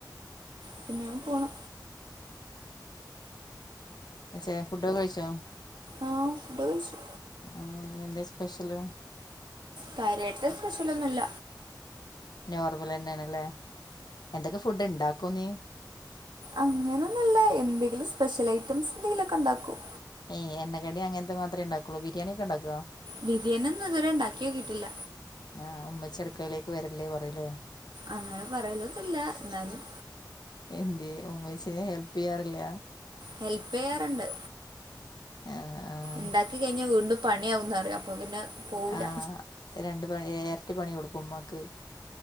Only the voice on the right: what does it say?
പിന്നെങ്ങനെ പോണു.
ആ ഫുഡ്കയിച്ചു.
കാര്യമായിട്ട് സ്പെഷ്യലൊന്നുല്ല.
അങ്ങനൊന്വില്ല എന്തെങ്കിലും സ്പെഷ്യൽ ഐറ്റംസ് എന്തെങ്കിലുവൊക്കെ ഒണ്ടാക്കും.
ബിരിയാണി ഒന്നും ഇതുവരെ ഉണ്ടാക്കിയോക്കിട്ടില്ല.
അങ്ങനെ പറയലതില്ല എന്നാലും
ഹെല്പ് ചെയ്യാറുണ്ട്,
ഉണ്ടാക്കി കഴിഞ്ഞാ വീണ്ടും പണിയാവുന്നറിയാം അപ്പോ പിന്നെ പോവില്ല